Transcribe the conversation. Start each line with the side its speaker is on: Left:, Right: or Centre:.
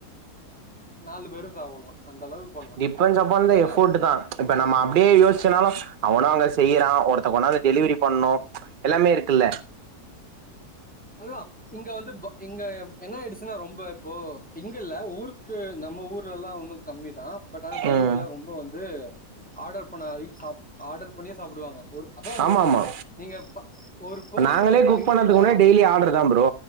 Centre: நாலு பேரும் சாப்புட்லா அந்த அளவுக்கு பண்லா
Right: டிபெண்ட்ஸ் அப்பான்
Centre: பட்
Right: த
Centre: ஆனா
Right: எஃபோர்ட் தா இப்ப நம்ம அப்டியே யோசிச்சனாலு அவனு அங்க செய்யறா ஒருத்தக் கொன்னாந்து டெலிவரி பண்னு எல்லாமே இருக்குல்ல
Centre: அதுதா இங்க வந்து இங்க என்ன ஆயிடுச்சுன்னா ரொம்ப இப்போ இங்கல்ல ஊருக்கு நம்ம ஊர்லல்லா இன்னும் கம்மி தா பட் ஆனா வெளியூர்ல
Right: ம்
Centre: ரொம்ப வந்து ஆடர் பண்ண சா ஆடர் பண்ணியே சாப்பிடுவாங்க ஒரு அத
Right: ஆமா ஆமா
Centre: நீங்க ஒரு பெர்சன்
Right: நாங்களே
Centre: வந்து
Right: குக்
Centre: ஐடில
Right: பண்ணதுக்கு முன்னாடி டெய்லி ஆர்டர் தா பரோ